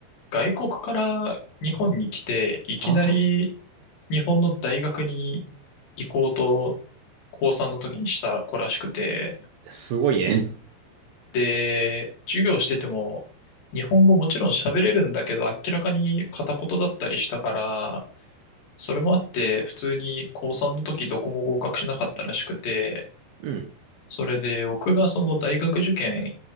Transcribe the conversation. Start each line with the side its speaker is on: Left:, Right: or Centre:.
Left: 外国から日本に来て、いきなり
Right: あ
Left: 日本の大学に行こうと高3の時にした子らしくて、
Right: あ、すごいね。
Left: で、授業してても日本語もちろん喋れるんだけど、明らかに片言だったりしたから、それもあって、普通に高3の時どこも合格しなかったらしくて、
Right: うん。
Left: それで僕がその大学受験、